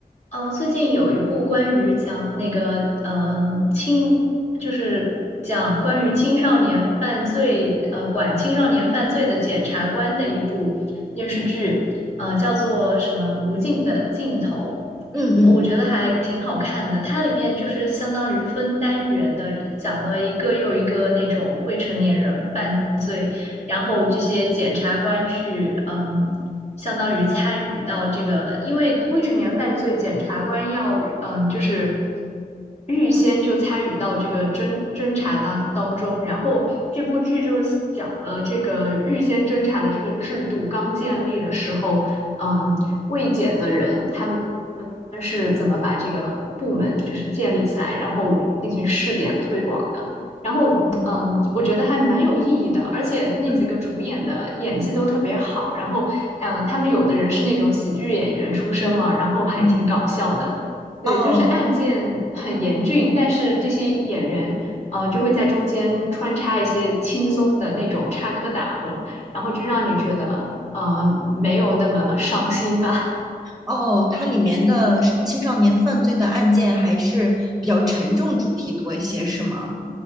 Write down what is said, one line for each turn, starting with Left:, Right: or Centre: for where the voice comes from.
Left: 哦，最近有一部关于讲那个嗯青，就是讲关于青少年犯罪，呃，管青少年犯罪的检察官的一部电视剧，呃，叫做什么《无尽的尽头》。
Centre: 嗯嗯，
Left: 呃我觉得还挺好看的，它里面就是相当于分单元的，讲了一个又一个那种未成年人犯。然后这些检察官去，嗯，相当于参与到这个，因为未成年犯罪，检察官要，嗯，就是预先就参与到这个侦侦查当当中。然后这部剧就是讲了这个预先侦查的这个制度刚建立的时候，嗯，未检的人他们。是怎么把这个部门就是建立起来，然后进行试点推广的。然后，
Centre: 哦，
Left: 嗯，我觉得还蛮有意义的，而且那几个主演的演技都特别好。
Centre: 嗯
Left: 然后，嗯，他们有的人是那种喜剧演员出身嘛，然后还挺搞笑的。
Centre: 嗯。
Left: 对，
Centre: 哦。
Left: 就是案件很严峻，但是这些演员，呃，就会在中间穿插一些轻松的那种插科打诨，然后就让你觉得，呃，没有那么伤心吧。
Centre: 哦，它里面的青少年犯罪的案件还是比较沉重主题多一些，是吗？